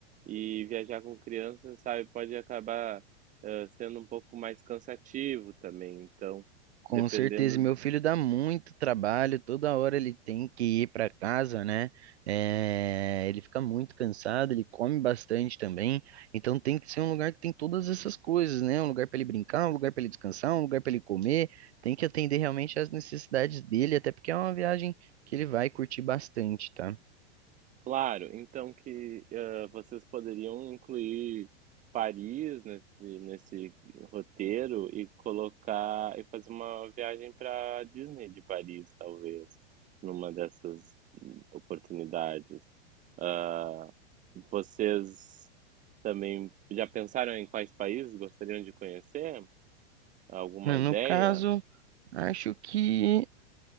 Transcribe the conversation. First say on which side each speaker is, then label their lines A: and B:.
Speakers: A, on the right; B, on the right.
A: E viajar com criança, sabe, pode acabar, hã, sendo um pouco mais cansativo também, então,
B: Com
A: dependendo
B: certeza, meu filho dá muito trabalho, toda hora ele tem que ir para casa, né? É, ele fica muito cansado, ele come bastante também, então tem que ser um lugar que tem todas essas coisas, né? Um lugar para ele brincar, um lugar para ele descansar, um lugar para ele comer, tem que atender realmente às necessidades dele, até porque é uma viagem que ele vai curtir bastante, tá?
A: Claro, então que, hã, vocês poderiam incluir Paris nesse nesse roteiro e colocar e fazer uma viagem pra Disney de Paris, talvez, numa dessas hum, oportunidades. Hã, vocês também já pensaram em quais países gostariam de conhecer? Alguma
B: No
A: ideia?
B: caso, acho que.